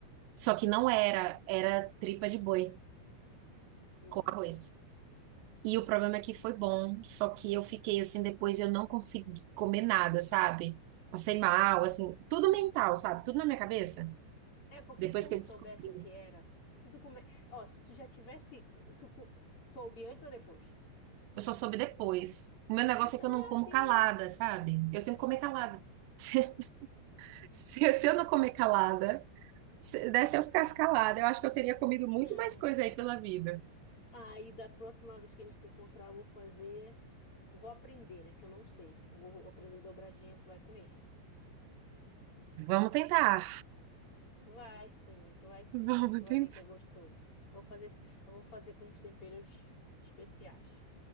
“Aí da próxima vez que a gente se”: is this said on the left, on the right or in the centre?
Left